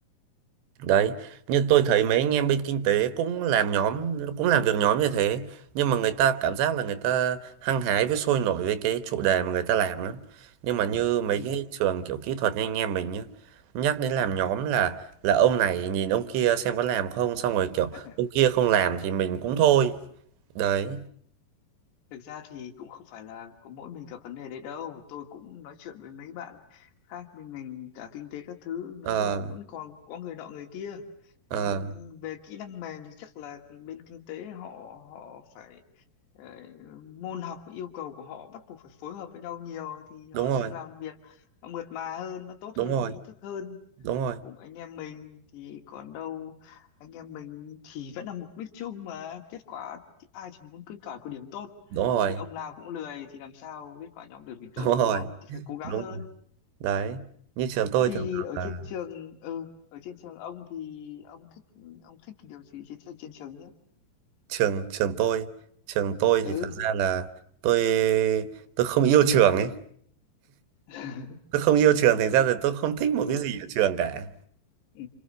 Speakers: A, on the right; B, on the left.
A: đấy như tôi thấy mấy anh em bên kinh tế cũng làm nhóm cũng làm việc nhóm như thế nhưng mà người ta cảm giác là người ta hăng hái với sôi nổi với cái chủ đề mà người
B: ừ
A: ta làm lắm nhưng mà như mấy
B: ừ
A: cái trường kiểu kỹ thuật như anh em mình nhá nhắc đến làm nhóm là là ông này nhìn ông kia xem có làm không xong rồi kiểu
B: <laughs>
A: ông kia không làm thì mình cũng thôi đấy
B: Thực ra thì cũng không phải là có mỗi mình gặp vấn đề đấy đâu. Tôi cũng nói chuyện với mấy bạn khác bên ngành cả kinh tế các thứ. Nói
A: ờ
B: chung là vẫn còn có người nọ người kia.
A: ờ
B: Nhưng về kỹ năng mềm thì chắc là bên kinh tế họ họ phải ờ, môn học yêu cầu của họ bắt buộc phải phối hợp với nhau nhiều thì họ
A: đúng rồi
B: sẽ làm việc nó mượt mà hơn, nó tốt
A: đúng
B: hơn,
A: rồi
B: có ý thức hơn
A: đúng rồi
B: cùng anh em mình thì còn đâu anh em mình thì vẫn là mục đích chung mà kết quả thì ai chẳng muốn kết quả có điểm tốt
A: đúng rồi
B: thì ông nào cũng lười thì làm sao kết quả nhóm được điểm tốt
A: đúng rồi
B: được đúng không thì phải cố gắng
A: đúng
B: hơn
A: rồi đấy như trường tôi
B: thế thì
A: thường thường
B: ở
A: là
B: trên trường ừ ở trên trường ông thì ông thích ông thích cái điều gì trên trên trường nhất
A: trường trường tôi trường tôi
B: ừ
A: thì thật ra là tôi tôi không yêu trường ấy
B: <laughs>
A: tôi không yêu trường thành ra là tôi không thích một
B: ừ
A: cái gì ở trường cả
B: Ừ.